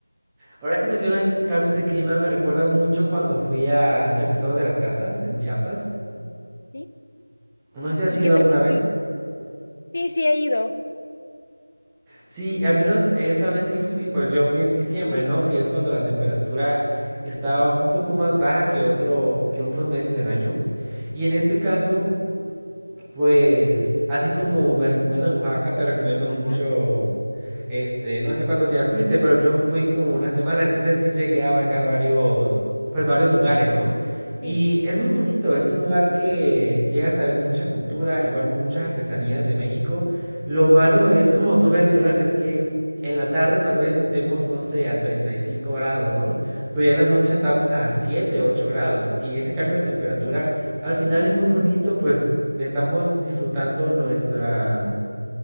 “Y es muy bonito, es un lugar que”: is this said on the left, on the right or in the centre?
Centre